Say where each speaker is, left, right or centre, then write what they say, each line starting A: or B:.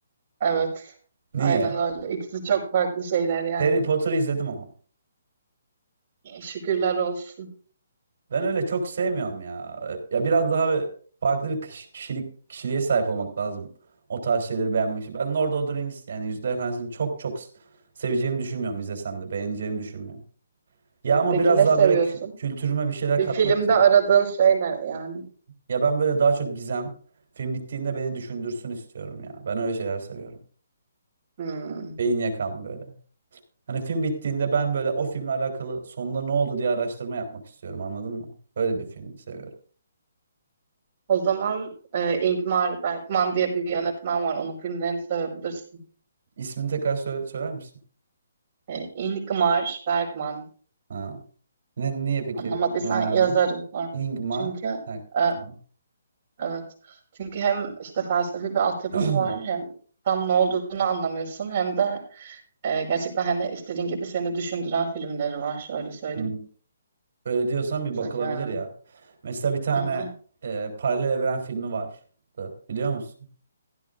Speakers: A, on the right; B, on the right.
A: Evet.
B: <laughs> Niye?
A: Aynen öyle. İkisi çok farklı şeyler yani.
B: Harry Potter'ı izledim ama.
A: Şükürler olsun.
B: Ben öyle çok sevmiyorum ya. Ya biraz daha böyle farklı bir kiş- kişilik kişiliğe sahip olmak lazım. O tarz şeyleri beğenmek için. Ben Lord of the Rings yani Yüzüklerin Efendisi'ni çok çok s- seveceğimi düşünmüyorum izlesem de beğeneceğimi düşünmüyorum. Ya ama
A: Peki
B: biraz
A: ne
B: daha
A: seviyorsun?
B: böyle kü- kültürüme bir şeyler
A: Bir
B: katmak
A: filmde
B: için.
A: aradığın şey ne yani?
B: Ya ben böyle daha çok gizem. Film bittiğinde beni düşündürsün istiyorum ya. Ben öyle şeyler seviyorum.
A: Hmm.
B: Beyin yakan böyle. Hani film bittiğinde ben böyle o filmle alakalı sonunda ne oldu diye araştırma yapmak istiyorum anladın mı? Böyle bir film seviyorum.
A: O zaman e, Ingmar Bergman diye bir yönetmen var. Onun filmlerini sevebilirsin.
B: İsmini tekrar sö- söyler misin?
A: E, Ingmar Bergman.
B: Ha. Ne, niye peki
A: Anlamadıysan
B: onu önerdin?
A: yazarım sonra.
B: Ingmar.
A: Çünkü
B: Ha,
A: e,
B: tamam.
A: evet. Çünkü hem işte felsefi bir altyapısı
B: <clears throat>
A: var hem tam ne olduğunu anlamıyorsun hem de e, gerçekten hani istediğin gibi seni düşündüren filmleri var. Şöyle söyleyeyim
B: Hmm. Öyle diyorsan bir
A: kısaca
B: bakılabilir
A: yani.
B: ya. Mesela bir tane
A: Hı hı.
B: e, paralel evren filmi vardı. Biliyor musun?